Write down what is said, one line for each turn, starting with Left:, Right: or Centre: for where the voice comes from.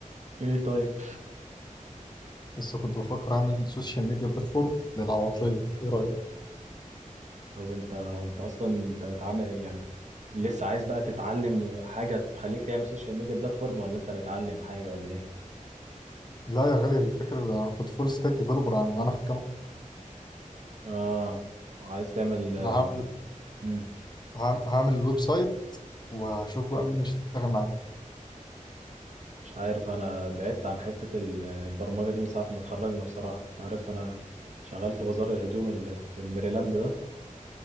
Right: ايه طيب؟
Left: بس كنت بفكر اعمل سوشيال ميديا بلاتفورم للعواطليه ايه رايك
Right: طب انت انت اصلا انت متعامل يعني لسه عايز بقى تتعلم حاجة تخليك تعمل سوشيال ميديا بلاتفورم ولا انت متعلم حاجة ولا ايه؟
Left: لا يا غالي الفكره ده انا كنت فول ستاك ديفلوبر انا في الجامعه
Right: اه عايز تعمل
Left: انا هعمل
Right: مم.
Left: هعم- هعمل الويب سايت واشوف بقى مين يشتغل معايا
Right: مش عارف انا بعدت عن حتة ال- البرمجة دي من ساعة ما اتخرجنا بصراحة انت عارف انا شغال في بازار الهدوم اللي في الميريلاند ده